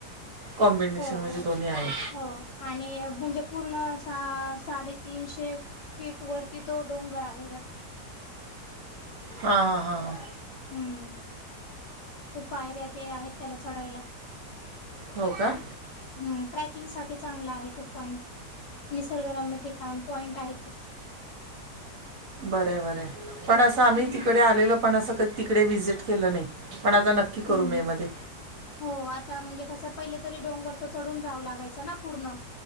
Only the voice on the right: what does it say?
कॉम्बिनेशन
म्हणजे
दोन्ही आहे.
हां हां हां हां
हो का
बरं हाय बरं हाय पण असं आम्ही
तिकडे आलेल पण असं कधी तिकडे व्हिजिट केलं नाही पण आता नक्की करू
मेमध्ये